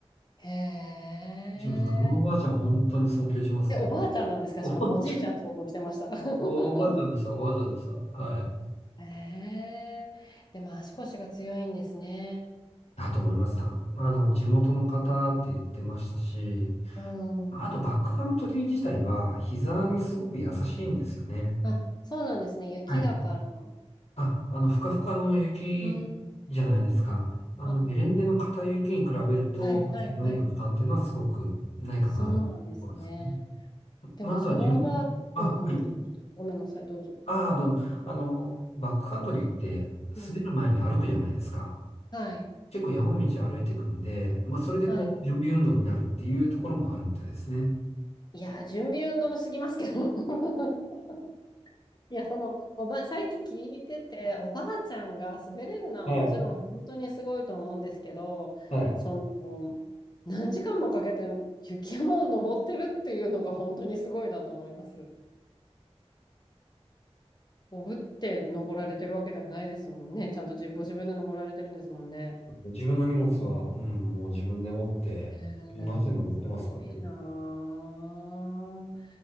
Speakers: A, on the left; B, on the left.
A: へえ。
B: 一応そのおばあちゃん、本当に尊敬しますね。
A: え、おばあちゃんなんですかしかもおじいちゃん想像してました。
B: <laughs>
A: <laughs>
B: おばあちゃんでした、おばあちゃんでした。はい。
A: へえ。でも足腰が強いんですね。
B: だと思います。たあの、地元の方って言ってましたし、
A: うん。
B: あとバックカントリー自体は膝にすごく優しいんですよね。
A: あ、そうなんですね。雪だから。
B: はい
A: う
B: あ、あの、ふかふかの雪じゃないですか。
A: ーん。
B: あの、
A: あ、
B: ゲレンデの硬い雪に比べると、
A: はいはいはい。
B: ひどいの負担っていうのはすごくないかな。
A: そうなんですね。
B: そうですね。
A: でもそのおばあ、
B: まあ、あとは順、あ、
A: うんうん。
B: はい。
A: ごめんなさい、どうぞ。
B: あ、あの、あの、バックカントリーって滑る前に歩くじゃないですか。
A: うん。はい。
B: 結構山道歩いていくんで、まあ、それでこう、
A: はい。
B: 準備運動になるっていうところもあるみたいですね。
A: いやー、準備運動すぎますけど。<laughs> いや、その、おば、さっき聞いてて、おばあちゃんが滑れるのはもちろん本当にすごいと思うんですけど、
B: はい。はい。
A: その、何時間もかけて雪山を登ってるっていうのが本当にすごいなと思います。おぶって登られてるわけではないですもんね。ちゃんと自ご自分で登られてるんですもんね。
B: 自分の荷物は、うん、もう自分で持って、
A: へーすごいなー。
B: 自分の足で登ってますからね。